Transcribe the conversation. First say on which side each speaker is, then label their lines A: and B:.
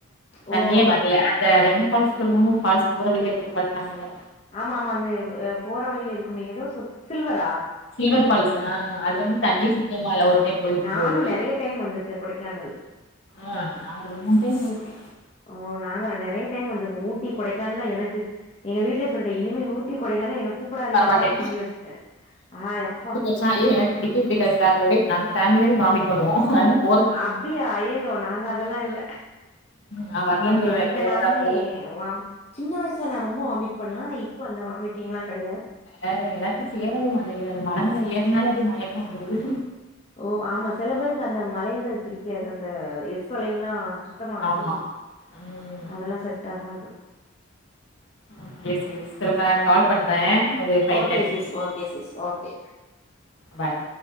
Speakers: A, on the left; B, on the left.
A: தண்ணியே
B: ஓ
A: வர்ல அந்த அது என்ன ஃபால்ஸ் சொல்லுவாங்க ஒரு ஃபால்ஸ் போற வழிலயே இருக்கும் கொடைக்கானல்ல
B: ஆமா ஆமா அந்த எ அ போற வழியில இருக்குமே ஏதோ சொல் சில்வரா
A: சில்வர் ஃபால்ஸா அதுல வந்து தண்ணி சுத்தமா இல்ல ஒரு டைம் போயிருக்கும்
B: நானும்
A: போது
B: நெறைய டைம் வந்திருக்கேன் கொடைக்கானல்
A: ஆ நா ரெண்ட் மூன் டைம் போயிருக்கே
B: ஓ நாங்க நா நெறைய டைம் வந்துருக்கோ ஊட்டி கொடைக்கானல்லா எனக்கு எங்க வீட்லே சொல்ட்டேன் இனிமே ஊட்டி கொடைக்கானல்லா என்ன கூப்புடாதீங்கப்பான்னு
A: வரமாட்டே
B: சொல்லி வச்சுட்டேன் ஆ எப்பா
A: ச்சா ஐயோ எனக்கு பிடிக்கவே பிக்காது டிராவல் <unintelligible> நாங்க ஃபேமிலியாவே வாமிட் பண்ணுவோ <unintelligible>
B: அப்டியா ஐய்யய்யோ நாங்க அதெலா இல்ல
A: நான் வரலன்றுவேன்
B: நாங்க எங்கனாலுமே
A: போறதா இருந்தாலும்
B: எ வாம்ட் சின்ன வயசுல நா ரொம்போ வாமிட் பண்ணுவே நா இப்ப அந்த வாமிட்டிங்ல்லா கிடையாது
A: அ எனக்கு சேரவே மாட்டேங்குது அந்த மல மேல ஏறனாலே அப்டியே மயக்கோ வந்துடுது
B: ஓ ஆமா சில பேருக்கு அந்த மலைகள் பிடிக்காது அந்த இஸ் ஸ் வளைவுலா சுத்தமா ஆகாது
A: ஆமா ம்
B: அதெல்லா செட் ஆகாது
A: ஓகே சிஸ் திரும்ப நா கால் பண்றேன் ஒரு ஃபைவ்
B: ஓகே
A: தேட்டிங்கி
B: சிஸ் ஓகே சிஸ் ஓகே
A: பாய்